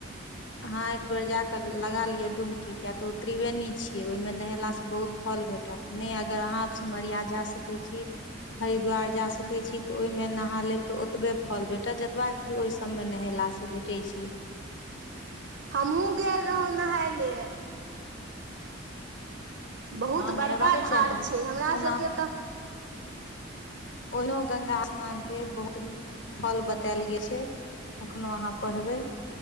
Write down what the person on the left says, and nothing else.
अहाँ एक बेर जा कनि लगा लियऽ डुबकी किया तऽ ओ त्रिवेणी छियै ओहिंमे नहेला स बहुत फल भेटत। नहि अगर अहाँ सिमरिया जा सकैत छी हरिद्वार जा सकैत छी तऽ ओहिमे नहा लेब तऽ ओतबे फल भेटत जतबा कि कि ओहि सभमे नहेलासँ भेटै छै।
हँ नहेबाके
चाही
ओना
ओहिनो गंगा स्नान के बहुत नीक फल बतायल गेल छै। अखनो अहाँ पढ़बै।